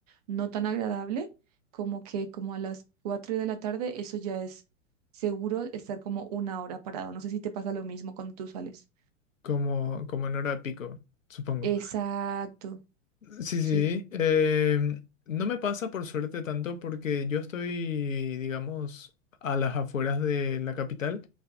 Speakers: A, on the right; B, on the left.
A: no tan agradable, como que como a las 4 de la tarde, eso ya es seguro estar como una hora parado. No sé si te pasa lo mismo cuando tú sales.
B: como, como en hora pico, supongo.
A: Exacto,
B: Sí,
A: sí.
B: sí. em, no me pasa por suerte tanto porque yo estoy, digamos, a las afueras de la capital.